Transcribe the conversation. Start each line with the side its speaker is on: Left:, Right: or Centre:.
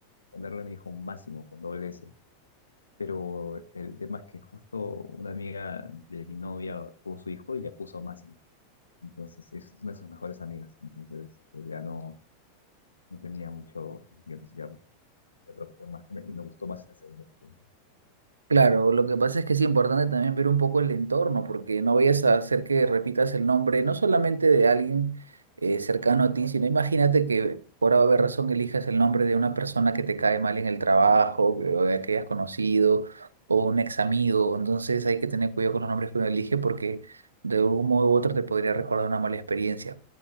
Left: ponerle a mi hijo Máximo con doble S. Pero el tema es que justo una amiga de mi novia tuvo su hijo y le puso Máximo. Entonces es una de sus mejores amigas. Entonces pues, ya no, no tenía mucho mucho entusiasmo. Otra opción más que me- y me gustó más esta segunda opción.
Right: Claro, lo que pasa es que es importante también ver un poco el entorno, porque no vayas a hacer que repitas el nombre, no solamente de alguien eh, cercano a ti, sino imagínate que por haber razón elijas el nombre de una persona que te cae mal en el trabajo, que- o de que hayas conocido, o un ex amigo. Entonces hay que tener cuidado con los nombres que uno elige, porque de algún modo u otro te podría recordar una mala experiencia.